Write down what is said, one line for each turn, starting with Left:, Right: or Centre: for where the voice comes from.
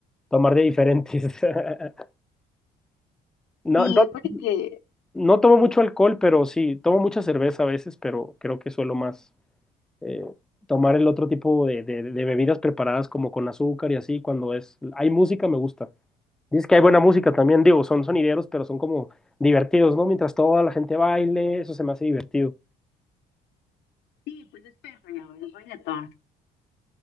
Centre: tomar de diferentes. <laughs> No,
Left: Sí,
Centre: no
Left: porque
Centre: No tomo mucho alcohol, pero sí, tomo mucha cerveza a veces, pero creo que suelo más eh, tomar el otro tipo de, de- de bebidas preparadas como con azúcar y así, cuando es, hay música me gusta. Dices que hay buena música también, digo, son sonideros, pero son como divertidos, ¿no? Mientras toda la gente baile, eso se me hace divertido.
Left: sí, pues es perreo, es reggaetón.